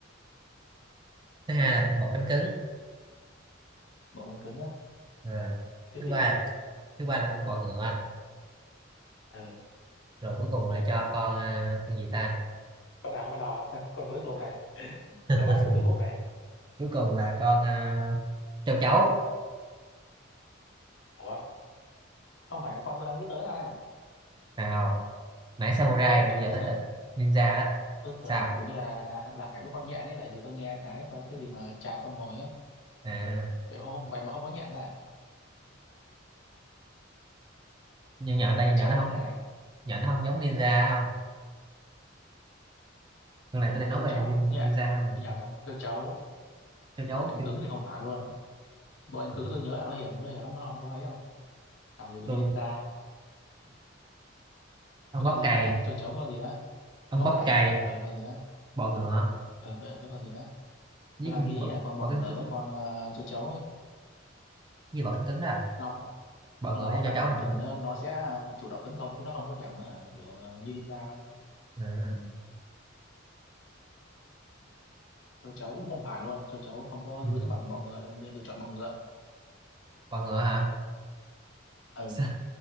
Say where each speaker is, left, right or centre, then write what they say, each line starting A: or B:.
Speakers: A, on the right (about 20°); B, on the left (about 65°).
A: thứ hai là
B: ừ
A: con bọ cánh cứng
B: bộ cánh cứng á
A: à,
B: tiếp
A: thứ
B: đi
A: ba
B: tiếp đi
A: thứ ba là con bọ ngựa
B: ừ
A: rồi cuối cùng là cho con à, con gì ta
B: bắt đầu bắt đầu <laughs> con cuối cùng này tôi
A: <laughs>
B: bán là con cuối cùng này
A: cuối cùng là con à, châu chấu
B: ủa không phải là con tôi đang nghĩ tới là
A: nào nãy samurai
B: tôi
A: rồi
B: tưởng
A: giờ
B: là sẽ
A: tới lượt ninja đó
B: tôi tưởng
A: sao
B: kiểu như là là là phải có con nhện ấy tại vì tôi nghe cái có cái gì mà chào con mồi ấy
A: à,
B: vậy mà không vậy mà không có nhện à
A: nhưng nhện tại
B: châu
A: nhìn
B: chấu
A: nhện nó không
B: nè
A: nhện nó không giống ninja không con này
B: chấu
A: tôi đang nói
B: châu
A: về
B: chấu
A: nin-
B: nhện
A: ninja mà
B: nhầm nhầm châu chấu
A: châu chấu
B: bộ cánh
A: thì
B: cứng thì không phải luôn bộ cánh
A: ừ,
B: cứng tôi nhớ là nó hiền nó hiền lắm nó không có ấy đâu làm gì mà
A: tôi
B: như ninja
A: ông
B: cái
A: bóp
B: con gì
A: cày
B: nữa là con châu chấu với con gì đó
A: ông
B: con bóc
A: bóp
B: cày
A: cày
B: ờ con gì đó
A: bọ ngựa
B: ờ với, với con gì đó
A: với
B: tôi đang
A: con
B: nghĩ
A: bọ,
B: là con bọ
A: bọ
B: ngựa
A: cánh cứng
B: với con ờ, châu chấu ấy
A: như bọ cánh cứng đó à?
B: nó
A: bọ
B: con
A: ngựa
B: ong bóc
A: với châu
B: cày
A: chấu
B: thì
A: hả
B: thường nó nó sẽ ờ, chủ động tấn công chứ nó không có thèm ờ, kiểu ờ, như ninja đâu
A: à,
B: Ừ. Tôi cháu cũng không phải luôn tôi cháu không có
A: ừ,
B: giữ bằng bọ ngựa nên, nên tôi chọn bọ ngựa
A: bọ ngựa hả <laughs>
B: ừ
A: sao?